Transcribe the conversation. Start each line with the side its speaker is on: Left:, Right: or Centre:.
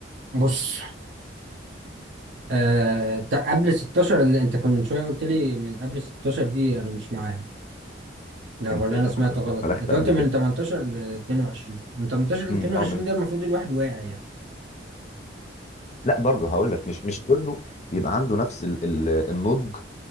Right: بص آه ت- قبل 16 اللي انت كنت من شويه قلت لي من قبل 16 دي انا مش معاها لا
Left: انت
Right: ولا انا سمعت
Left: حضرتك
Right: غلط
Left: بلغت
Right: انت
Left: قبل
Right: قلت من
Left: كده
Right: 18 ل 22 من 18 ل
Left: امم
Right: 22
Left: اه من
Right: ده المفروض الواحد واعي يعني
Left: لا برضه هقول لك مش مش كله بيبقى عنده نفس ال ال النضج